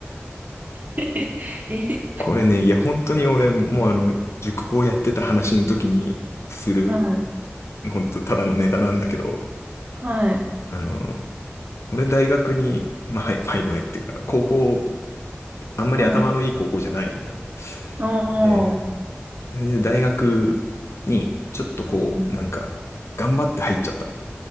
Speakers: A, on the right; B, on the left.
A: <laughs> ええ
B: これね、いや、本当に俺、もうあの、塾講やってた話の時にする、
A: はい、
B: 本当ただのネタなんだけど、
A: はい、
B: あの、俺大学に、まあ、はい入る前っていうか、高校、あんまり頭のいい高校じゃないのよ。
A: はい。ああ、
B: で、
A: う
B: それで大学に、ちょっとこう、
A: ん、
B: なんか、頑張って入っちゃったの。